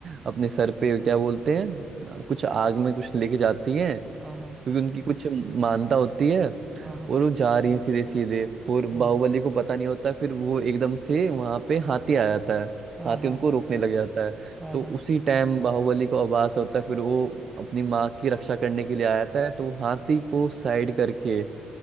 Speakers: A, on the right; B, on the right.
A: अपने सर पे क्या बोलते हैं अ, कुछ आग में कुछ लेके जाती है
B: हाँ हाँ
A: क्योंकि उनकी कुछ मानता होती है
B: हाँ
A: और वो जा रही है सीधे सीधे और बाहुबली
B: हाँ
A: को पता नहीं होता फिर वो एकदम से वहां पे हाथी आ जाता है
B: हाँ
A: हाथी
B: हाँ
A: उनको रोकने लग जाता है
B: हाँ हाँ
A: तो
B: हाँ
A: उसी टाइम बाहुबली को आभास होता है फिर वो अपनी माँ की रक्षा करने के लिए आ जाता है तो वो हाथी को साइड करके